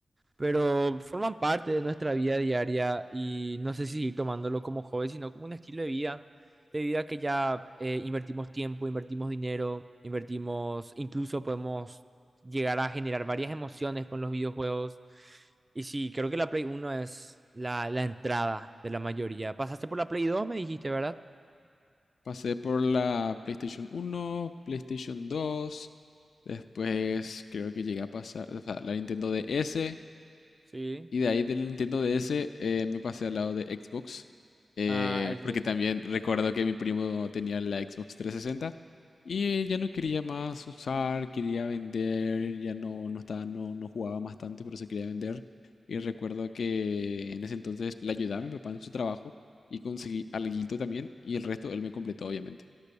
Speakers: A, on the right; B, on the left.
A: pero forman parte de nuestra vida diaria y no sé si seguir tomándolo como hobby, sino como un estilo de vida, de vida que ya eh, invertimos tiempo, invertimos dinero, invertimos, incluso podemos llegar a generar varias emociones con los videojuegos. Y sí, creo que la Play uno es la, la entrada de la mayoría. Pasaste por la Play 2 me dijiste, ¿verdad?
B: Pasé por la PlayStation uno, PlayStation dos, después creo que llegué a pasar, o sea, la Nintendo DS,
A: Sí,
B: y de ahí del Nintendo DS eh, me pasé al lado de Xbox, eh,
A: a Xbox.
B: porque también recuerdo que mi primo tenía la Xbox trescientos sesenta y ya no quería más usar, quería vender, ya no, no estaba, no, no jugaba más tanto, pero se quería vender. Y recuerdo que en ese entonces le ayudaba a mi papá en su trabajo y conseguí alguito también y el resto él me completó, obviamente.